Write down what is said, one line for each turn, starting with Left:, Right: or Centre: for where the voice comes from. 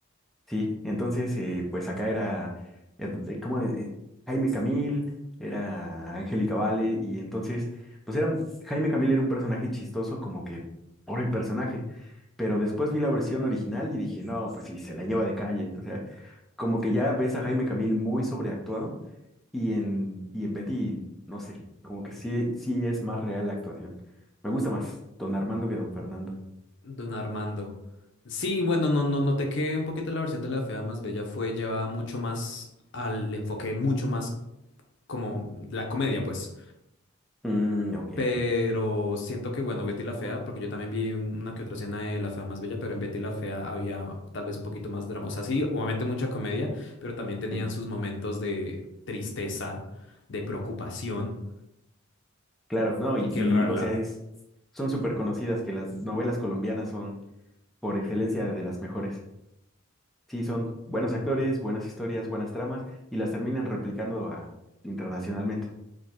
Centre: Sí, entonces, eh, pues acá era, eh, eh, ¿cómo? eh, Jaime Camil, era Angélica Vale, y entonces, pues era, Jaime Camil era un personaje chistoso como que por el personaje, pero después vi la versión original y dije, no, pues sí, se la lleva de calle, o sea. como que ya ves a Jaime Camil muy sobreactuado y en, y en Betty, no sé, como que sí, sí es más real la actuación. Me gusta más don Armando que don Fernando.
Left: Don Armando. Sí, bueno, no, no, noté que un poquito la versión de La Fea más Bella fue llevada mucho más al enfoque, mucho más como la comedia, pues.
Centre: Mm, ok.
Left: Pero siento que, bueno, Betty la Fea, porque yo también vi un- una que otra escena de La Fea más Bella, pero en Betty la Fea había tal vez un poquito más drama. O sea, sí, obviamente mucha comedia, pero también tenían
Centre: Sí,
Left: sus momentos de tristeza, de preocupación,
Centre: claro, no, y,
Left: y que
Centre: y,
Left: el, ra- la,
Centre: o sea, es, son súper conocidas que las novelas colombianas son por excelencia de las mejores. Sí, son buenos actores, buenas historias, buenas tramas y las terminan replicando a- internacionalmente.